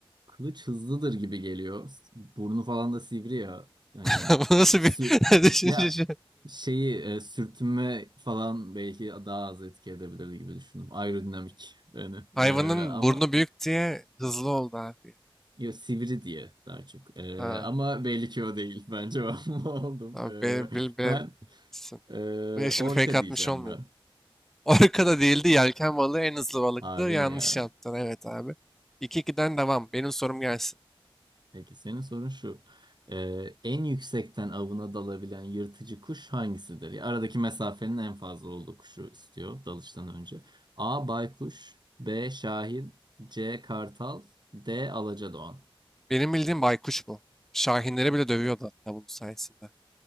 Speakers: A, on the right; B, in the centre.
A: kılıç hızlıdır gibi geliyor. Burnu falan da sivri ya. Hani
B: <laughs> Bu nasıl
A: sür
B: bir <laughs> düşünce
A: ya
B: şu?
A: şeyi e, sürtünme falan belki daha az etki edebilir gibi düşündüm. Aerodinamik yani.
B: Hayvanın
A: E, ama
B: burnu büyük diye hızlı oldu abi.
A: ya sivri diye daha çok. E,
B: Ha,
A: ama belli ki o değil. Ben cevabımı <laughs> aldım.
B: tamam
A: E,
B: bil, bil, bilememişsin.
A: ben e,
B: Ve şimdi
A: orka
B: fake atmış
A: diyeceğim
B: olmayayım.
A: ben.
B: <laughs> Orka da değildi, yelken balığı en hızlı balıktı.
A: Harbi
B: Yanlış
A: mi ya?
B: yaptın, evet abi. iki 2den devam. Benim sorum gelsin.
A: Peki senin sorun şu. Ee, en yüksekten avına dalabilen yırtıcı kuş hangisidir? Ya, aradaki mesafenin en fazla olduğu kuşu istiyor dalıştan önce. A. Baykuş B. Şahin C. Kartal D. Alacadoğan.
B: Benim bildiğim baykuş bu. Şahinleri bile dövüyordu hatta bunun sayesinde.